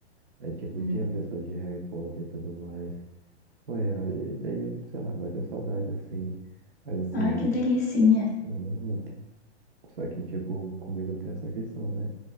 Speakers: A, on the right; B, on the left.
A: Aí, tipo,
B: Hum.
A: tinha pessoas de Harry Potter e tudo mais. Foi, ó, e daí, eu, sei lá, bateu saudade assim, mas assim,
B: Ai, que
A: eu-
B: delicinha.
A: hum, só que tipo, comigo tem essa questão, né?